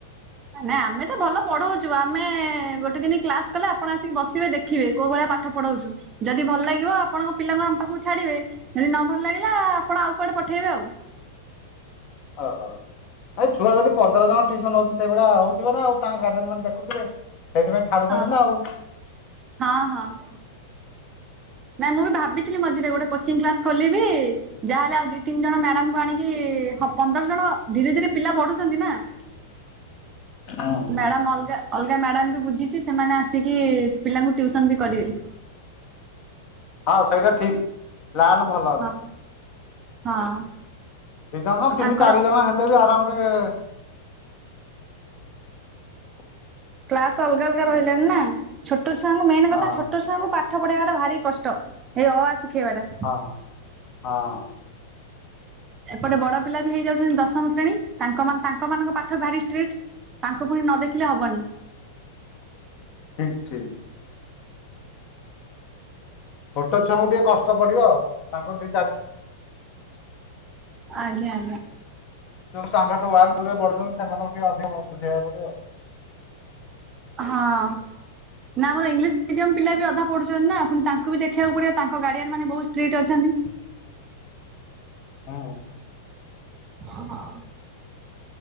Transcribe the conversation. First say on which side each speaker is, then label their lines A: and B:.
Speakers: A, on the right; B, on the left.
A: ନାଇଁ ଆମେ ତ ଭଲ ପଢଉଚୁ ଆମେ ଗୋଟେ ଦିନ କ୍ଲାସ କଲେ ଆପଣ ଆସିକି ବସିବେ ଦେ ଖିବେ କୋଉ ଭଳିଆ ପାଠ ପଢଉଛୁ ଯଦି ଭଲ ଲାଗିବ ଆପଣଙ୍କ ପିଲାଙ୍କୁ ଆମ ପାଖକୁ ଛାଡିବେ। ଯଦି ନ ଭଲ ଲାଗିଲା ଆପଣ ଆଉ କୁଆଡେ ପଠେଇବେ ଆଉ।
B: ହ ହ। ନାଇଁ ଛୁଆ ଯଦି ପନ୍ଦର ଜଣ ଟ୍ୟୁସନ ହଉଛନ୍ତି ସେଇଭଳିଆ ହଉଥିବ ନା ଆଉ ତାଙ୍କ ଗାର୍ଡିଆନ୍ ମାନେ ଦେଖୁଥିବେ ସେଇଥିପାଇଁ ଛାଡୁଛନ୍ତି
A: ହଁ
B: ନା ଆଉ।
A: ହଁ ହଁ। ନାଇଁ ମୁଁ ଭାବିଥିଲି ମଝିରେ ଗୋଟେ କୋଚିଂ କ୍ଲାସ ଖୋଲିବି। ଯାହାହେଲେ ଆଉ ଦି ତିନିଜଣ ମ୍ୟାଡାମ୍ ଙ୍କୁ ଆଣିକି ପନ୍ଦର ଜଣ ଧୀରେ ଧୀରେ ପିଲା ବଢୁଛନ୍ତି ନା।
B: <unintelligible> ହୁଁ
A: ମ୍ୟାଡ଼ାାମ୍ ଅଲ୍ ଗା ଅଲ୍ଗା ମ୍ୟାଡ଼ାମ୍ ବି ବୁଝିଛି ସେମାନେ ଆସିକି ପିଲାଙ୍କୁ ଟ୍ୟୁସନ୍ ବି କରିବେ।
B: ହଁ ସେଇଟା ଠିକ୍। ପ୍ଲାନ୍ ଭଲ।
A: ହଁ ହଁ।
B: ଦିଜଣ ତିନି
A: ତାଙ୍କର
B: ଚାରି ଜଣ ହେଲେ ବି ଆରାମ। ହଁ <unintelligible>
A: କ୍ଲସ ଅଲଗା ଅଲଗା ରହିଲାଣି ନା ଛୋଟ ଛୁଆଙ୍କୁ ମେନ
B: ହଁ
A: କଥା ଛୋଟ ଛୁଆଙ୍କୁ ପା ଠ ପଢେଇବାଟା ଭାରି କଷ୍ଟ ଏଇ ଅ ଆ ଶିଖେଇବା ଟା।
B: ହଁ ହ।
A: ଏପଟେ ବଡ ପିଲା ବି ହେଇଯାଉଛନ୍ତି ଦଶମ ଶ୍ରେଣୀ ତାଙ୍କ ମାନ ତାଙ୍କ ମାନଙ୍କ ପାଠ ଭାରିଷ୍ଟ୍ରିଟ୍। ତାଙ୍କୁ ପୁଣି ନ ଦେଖିଲେ ହବନି।
B: ଠିକ୍ ଠିକ୍। ଛୋଟ ଛୁଆଙ୍କୁ ଟିକେ କଷ୍ଟ ପଡିବ ଆଉ ତାଙ୍କ ଦି ଚାର
A: ଆଜ୍ଞା ଆଜ୍ଞା।
B: ଯୋଉ ଷ୍ଟାଣ୍ଡାର୍ଡ ୱାନ୍ ଟୁ ରେ ପଢୁଛନ୍ତି ସେମାନଙ୍କୁ ଟିକେ ଅଧିକ ବୁଝେଇବାକୁ ପଡିବ।
A: ହଁଅ। ନା ଆମର ଇଂଲିସ୍ ମିଡିୟମ୍ ପିଲା ବି ଅଧା ପଢୁଛନ୍ତି ନା ଆପଣ ତାଙ୍କୁ ବି ଦେଖିବାକୁ ପଡିବ ତାଙ୍କ ଗାଡିଆନ ମାନେ ବହୁତ ଷ୍ଟ୍ରିଟ୍ ଅଛନ୍ତି।
B: ହଉ।
A: ହଁ ହଉ।